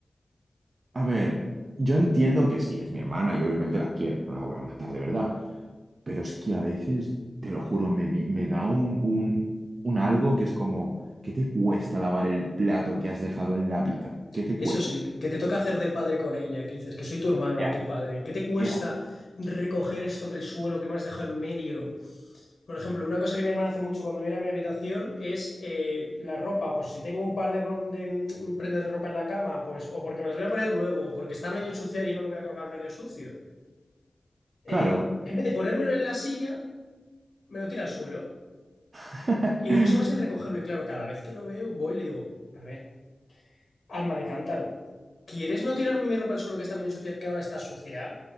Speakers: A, on the right; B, on the left.
A: A ver, yo entiendo que sí, es mi hermana y obviamente la quiero, no la voy a matar de verdad. Pero es que a veces, te lo juro, me, di- me da un, un, un algo que es como, ¿qué te cuesta lavar el plato que has dejado en la pica? ¿Qué te
B: Eso
A: cuesta?
B: sí, que te toca hacer de padre con ella, que dices que soy tu hermano,
A: Ya.
B: no tu padre. ¿Qué te cuesta
A: Ya.
B: recoger esto del suelo que me has dejado en medio? Por ejemplo, una cosa que mi hermana hace mucho cuando mira mi habitación es eh, la ropa. Pues si tengo un par de, ro- de mm, prendas de ropa en la cama, pues o porque me las voy a poner luego, o porque está medio ensuciada y no lo voy a colgar medio sucio. eh,
A: Claro.
B: en vez de ponérmelo en la silla, me lo tira al suelo
A: <laughs>
B: y luego se va sin recogerlo. Y claro, cada vez que lo veo, voy y le digo, a ver, alma de cántaro, ¿quieres no tirarme mi ropa al suelo que está bien sucia, que ahora está sucia?